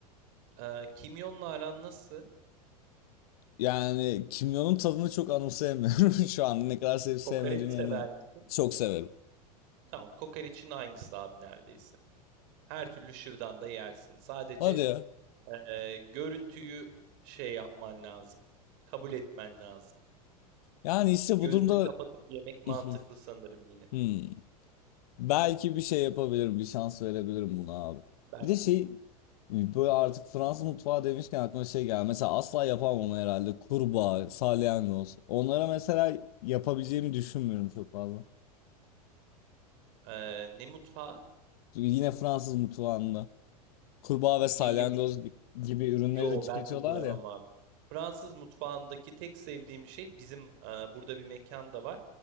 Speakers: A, on the right; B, on the left.
A: Eee, kimyonla aran nasıl?
B: Yani kimyonun tadını çok anımsayamıyorum <laughs> şu anda ne kadar sevip
A: Kokoreç
B: sevmediğime
A: sever
B: emin ol.
A: misin?
B: Çok severim.
A: Tamam, kokoreçin aynısı abi neredeyse. Her türlü şırdan da yersin. Sadece
B: Hadi ya.
A: eee, görüntüyü şey yapman lazım. Kabul etmen lazım.
B: Yani işte
A: Gözünü
B: bu durumda
A: kapatıp yemek mantıklı
B: <laughs>
A: sanırım yine.
B: Hmm. Belki bir şey yapabilirim, bir şans verebilirim buna abi.
A: Belki.
B: Bir de şey böyle artık Fransız mutfağı demişken aklıma şey geldi. Mesela asla yapamam onu herhalde kurbağa, salyangoz. Onlara mesela yapabileceğimi düşünmüyorum çok fazla.
A: Ee, ne mutfağı?
B: Çünkü yine Fransız mutfağında kurbağa ve salyangoz
A: Neyi yap?
B: gi- gibi ürünleri
A: Yo
B: de tüketiyorlar
A: ben de giremem
B: ya.
A: abi. Fransız mutfağındaki tek sevdiğim şey bizim e, burada bir mekan da var.